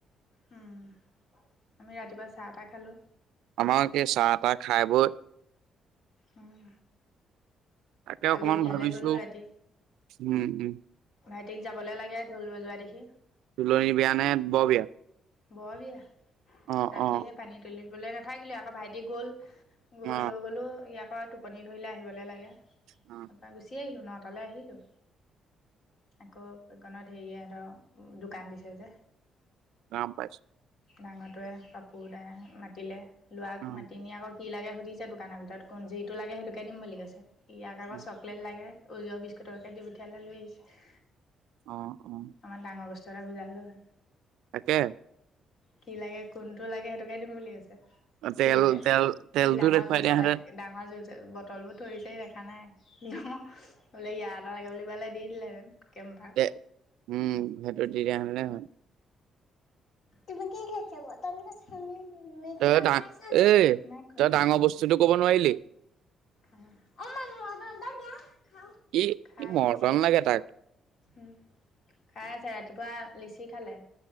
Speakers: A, on the left (about 60°); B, on the right (about 85°).
A: হুম, আমি ৰাতিপুৱা চাহ - তাহ খালো।
B: আমাৰ এই চাহ - তাহ খাই বৈ
A: উম।
B: এ
A: কালি
B: অকমান
A: বিয়ালৈ
B: ভাবিছো
A: গ'লোঁ ৰাতি
B: উম উম।
A: ভাইটিক যাবলৈ লাগে, ঢোল বজোৱা দেখি।
B: তুলনী বিয়া নে বৰ বিয়া?
A: বৰ বিয়া,
B: অ
A: ৰাতিহে
B: অ
A: পানী তুলিবলৈ নাথাকিলে আকৌ ভাইটি গল। গৈ
B: অ
A: লৈ গ'লো ইয়াক টোপনি ধৰিলে আহিবলৈ লাগে।
B: অ।
A: তাৰপৰা গুচি আহিলোঁ ন তালৈ আহিলোঁ। আকৌ দোকানত হেৰিয়ে হেঁত দোকান দিছে যে।
B: গম পাইছোঁ।
A: ডাঙৰটোৱে পাপু দাই মাতিলে লোৱা
B: অ
A: মাতি নি আকৌ কি লাগে সুধিছে দোকানৰ ভিতৰত কোন যিটো লাগে সেইটোকে দিম বুলি কৈছে ইয়াক আকৌ
B: উম,
A: চক লেট লাগে, অৰিয় বিস্কুট এতাকে দি পঠিয়ালে লৈ আহিছে।
B: অ অ।
A: অকমান ডাঙৰ বস্তু এটা খুজা হ'লে হয়।
B: তাকে।
A: কি লাগে কোনটো লাগে সেইটোকে দিম বুলি কৈছে?
B: তেল
A: ফ্ৰিৰিতে,
B: তেল তেলটো
A: ই ডাঙৰ
B: দেখুৱাই
A: জুচ
B: দিয়াহেঁতেন
A: এটা ডাঙৰ জুচ ত বটলবোৰ থৈ দিছে সি দেখা নাই হ অ বোলে ইয়াৰ এটা লাগে বুলি কৈ দিলে দি দিলেহেতেন। কেম্ভা
B: তে উম সেইটো দি দিয়া হলে হয়।
A: তুমি কি খাইছা ব? <inaudible> মিঠা
B: তই
A: পান
B: ডা
A: খাইচা নেকি
B: এই
A: নাই কোৱা
B: তই ডাঙৰ বস্তুটো ক'ব নোৱাৰিলি।
A: উম অ মা মই ভাল পাওঁ দিয়া খাও,
B: ই
A: খাই
B: ই মৰ্টন
A: আহিছে হে।
B: লাগে তাক
A: উম, খাই আছে ৰাতিপুৱা লিচি খালে।